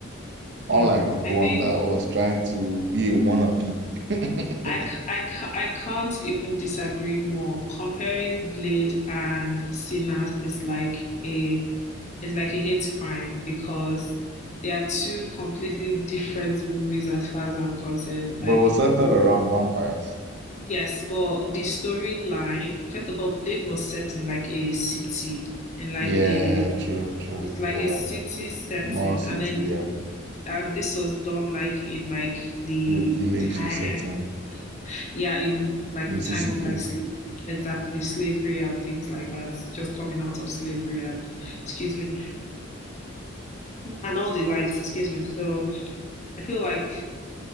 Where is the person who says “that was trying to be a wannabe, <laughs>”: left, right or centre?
Right